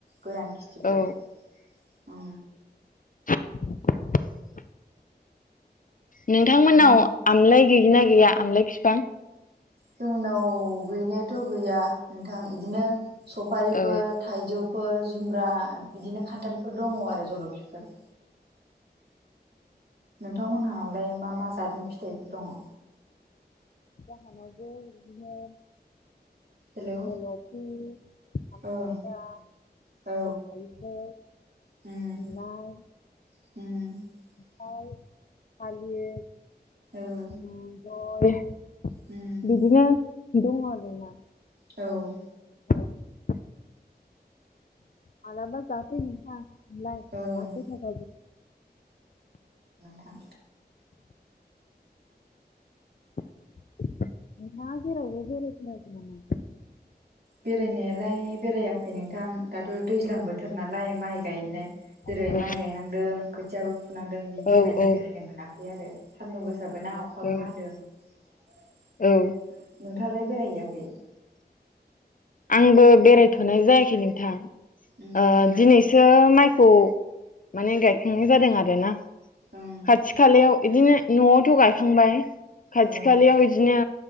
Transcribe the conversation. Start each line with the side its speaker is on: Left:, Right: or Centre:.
Right: गोरान खिथिफोर
Left: औ
Right: उम
Left: <inaudible> नोंथांमोननाव
Right: नों
Left: आमलाय गैगो ना गैया आमलाय फिफां?
Right: जोंनाव गैनायाथ' गैया नोंथां इदिनो सफारिफोर
Left: औ
Right: थाइजौफोर जुमब्रा बिदिनो खान्थालफोर दङ आरो। जलफिफोर नोंथांमोनहावलाय मा मा जातनि फिथाइफोर दङ?
Left: जोंहानावबो बिदिनो
Right: हेलौ
Left: जलफि काब्रेंगा
Right: ओं
Left: ओमफाय
Right: औ
Left: थायजौ
Right: उम
Left: आमलाय
Right: <unintelligible>
Left: खान्थाल थालिर
Right: औ
Left: <unintelligible>
Right: उम
Left: बिदिनो दङ आरोना।
Right: औ
Left: आदबा मालाबा‌ जाफै नोंथां <unintelligible> न
Right: ओं
Left: गै थाखाब <inaudible>
Right: थां
Left: <unintelligible> नोंथाङा जेरावबो‌ बेरायथाराखै नामा?
Right: बेरायनायालाय बेरायाखै नोंथां दाथ' दैज्लां बोथोर नालाय माइ गायनाय जेरै
Left: औ
Right: माइ गायनांदों खोथियाबो फुनांदों बिनि थाखायनो
Left: औ औ
Right: बेरायनो मोनाखै आरो सान्दुं गो फिसाबो ना अखाबो
Left: औ
Right: हादों। नोंथाङालाय
Left: औ
Right: बेरायहैयाखै?
Left: आंबो बेरायथ'नाय जायाखै नोंथां ओ
Right: ओं
Left: दिनैसो माइ खौ माने गायखांनाय जादों आरोना
Right: ओं
Left: खाथि खालायाव बिदिनो न'आवथ' गायखांबाय खाथि
Right: ओं
Left: खालायाव इदिनो